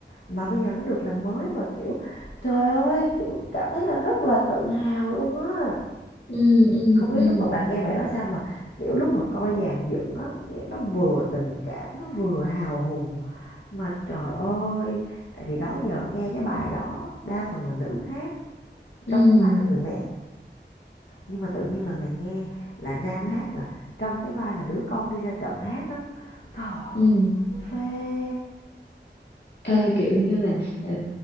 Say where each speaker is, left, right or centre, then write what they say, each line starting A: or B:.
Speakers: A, on the left; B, on the left.
A: mà bây giờ nó được làm mới mà kiểu trời ơi kiểu cảm thấy là rất là tự hào luôn á
B: ừ ừ
A: không biết
B: ừ
A: lúc mà bà nghe bài đó sao mà kiểu lúc mà coi dàn dựng á nghe nó vừa tình cảm nó vừa hào hùng mà trời ơi tại vì đó giờ nghe cái bài đó đa phần là nữ hát
B: ừ
A: trong cái vai là người mẹ nhưng mà tự nhiên lần này nghe là nam hát là trong cái vai là đứa con đi ra trận hát á trời ơi
B: ừ.
A: nó phê
B: Ê, kiểu như là ờ,